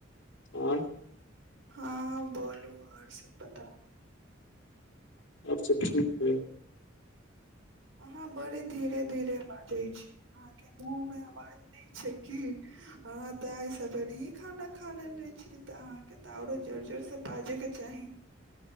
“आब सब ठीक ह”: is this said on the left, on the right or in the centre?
Left